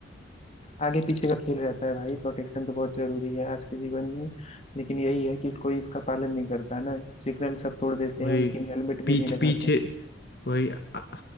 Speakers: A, on the left; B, on the left.
A: आगे पीछे का खेल रहता है भाई प्रोटेक्शन तो बहुत जरूरी है आज के जीवन में लेकिन यही है कि कोई इसका पालन नहीं करता ना सिग्नल सब तोड़ देते
B: वही
A: हैं लेकिन हेलमेट भी
B: पीछ
A: नहीं लगाते
B: पीछे वही आ,